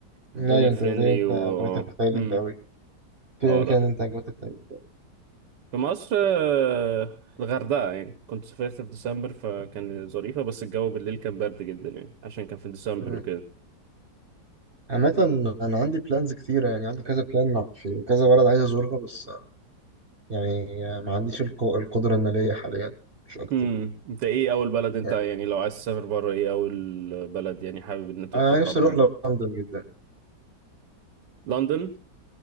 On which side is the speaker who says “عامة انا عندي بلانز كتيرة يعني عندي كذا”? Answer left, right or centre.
Right